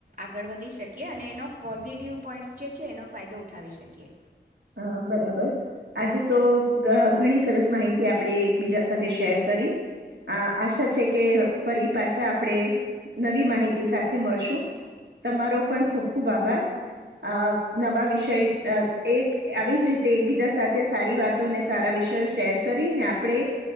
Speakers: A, on the right (about 45°); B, on the right (about 65°).
A: આગળ વધી શકીએ અને એનો પોઝિટિવ પોઈન્ટ્સ જે છે, એનો ફાયદો ઉઠાવી શકીએ
B: અ બરાબર આજે તો ઘણી સરસ માહિતી આપણે એકબીજા સાથે શેર કરી આ આશા છે, કે ફરી પાછા આપણે નવી માહિતી સાથે મળશું તમારો પણ ખૂબ ખૂબ આભાર અ નવા વિષય એક આવી જ રીતે એકબીજા સાથે સારી વાતો અને સારા વિષયો શેર કરીને આપણે